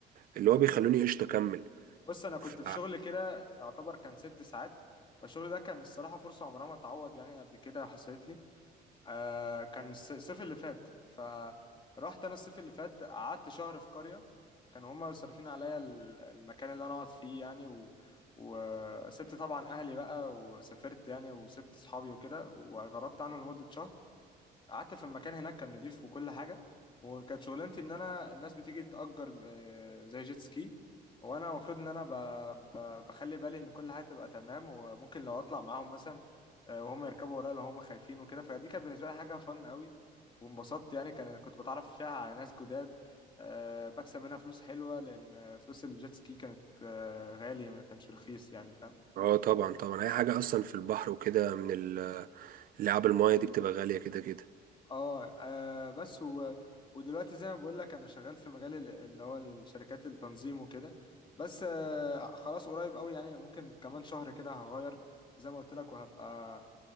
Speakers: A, on the right; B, on the left.
A: اللي هو بيخلوني قشطه اكمل
B: بص انا كنت
A: ف...
B: في شغل كده يعتبر كان ست ساعات فالشغل ده كان الصراحة فرصة عمرها ما تعوض يعني قبل كده حصلت لي آه كان الس- الصيف اللي فات فرحت انا الصيف اللي فات قعدت شهر في قرية كانوا هما صارفين عليا ال- المكان اللي انا اقعد فيه يعني و... وسبت طبعا اهلي بقى وسافرت يعني وسبت صحابي وكده وغربت عنهم لمدة شهر قعدت في المكان هناك كان نضيف وكل حاجه وكانت شغلانتي ان انا الناس بتيجي تأجر آه، زي جيت سكي وانا المفروض ان انا ب... ب... بخلي بالي ان كل حاجه تبقى تمام وممكن لو اطلع معاهم مثلا آه، وهم يركبوا ورايا لو هم خايفين وكده فدي كانت بالنسبه لي حاجه فن قوي وانبسطت يعني كان كنت بتعرف فيها على ناس جداد آه، بكسب منها فلوس حلوه لان فلوس الجيت سكي كانت آه، غاليه ما كانش رخيص يعني فاهم
A: اه طبعا طبعا اي حاجه اصلا في البحر وكده من ال- اللعاب المايه دي بتبقى غاليه كده كده
B: اه آه، بس و... ودلوقتي زي ما بقول لك انا شغال في مجال ال- اللي هو الشركات التنظيم وكده بس آه، خلاص قريب قوي يعني ممكن كمان شهر كده هغير زي ما قلت لك وهبقى